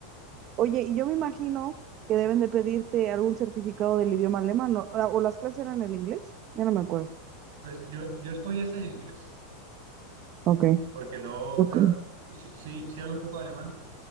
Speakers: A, on the right; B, on the right.
A: Oye, y yo me imagino que deben de pedirte algún certificado del idioma alemán, ¿no? Ah, ¿O las clases eran en inglés? Ya no me acuerdo.
B: Pues yo, yo escogí estas en inglés,
A: Ok,
B: porque no, o
A: ok.
B: sea, sí, sí, sí hablo un poco de alemán,